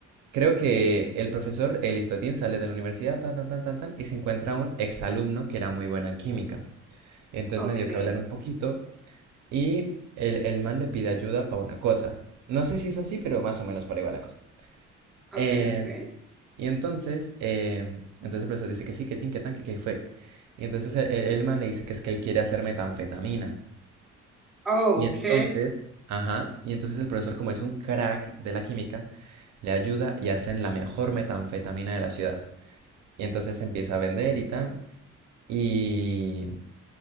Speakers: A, on the right; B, in the centre.
A: Creo que el profesor, el Listotín, sale de la universidad, tan, tan, tan, tan, tan, y se encuentra un exalumno que era muy bueno en química. Y entonces
B: Ok,
A: me dio que hablar un poquito. Y el, el man le pide ayuda para una cosa. No sé si es así, pero más o menos por ahí va la cosa.
B: ok,
A: Eh,
B: ok.
A: y entonces, eh, entonces el profesor dice que sí, que tin, que tan, que qué fue. Y entonces el, el- el man le dice que es que él quiere hacer metanfetamina.
B: Oh,
A: Y
B: ok.
A: entonces, ajá, y entonces el profesor, como es un crack de la química, le ayuda y hacen la mejor metanfetamina de la ciudad. Y entonces empieza a vender y tan. Y,